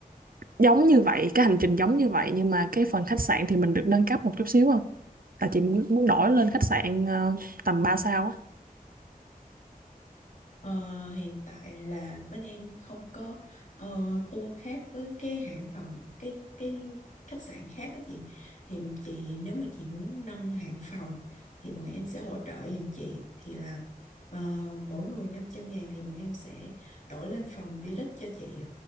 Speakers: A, on the right; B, on the left.
A: giống như vậy cái hành trình giống như vậy nhưng mà cái phần khách sạn thì mình được nâng cấp một chút xíu không là chị muốn muốn đổi lên khách sạn ờ, tầm ba sao á
B: Ờ, hiện tại là bên em không có ờ, tour khác với cái hãng phòng cái cái khách sạn khác đó chị thì chị nếu mà chị muốn nâng hạng phòng thì bọn em sẽ hỗ trợ giùm chị thì là ờ, mỗi người 500 ngàn thì bọn em sẽ đổi lên phòng deluxe cho chị